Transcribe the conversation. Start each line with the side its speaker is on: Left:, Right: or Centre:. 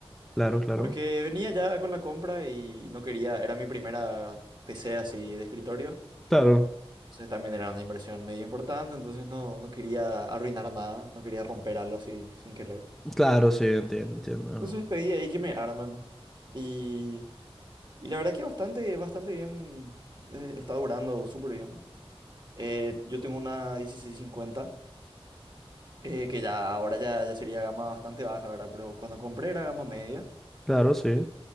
Centre: Claro, claro.
Right: Porque venía ya con la compra y no quería, era mi primera PC así de escritorio,
Centre: Claro,
Right: entonces también era una inversión medio importante, entonces no, no quería arruinar nada, no quería romper algo así sin querer.
Centre: claro, sí, entiendo, entiendo.
Right: Entonces pedí ahí que me arman y, y la verdad que bastante, bastante bien, eh, está durando súper bien. Eh, yo tengo una 1650, eh, que ya ahora ya, ya sería gama bastante baja, ¿verdad? Pero cuando compré era gama media.
Centre: Claro, sí.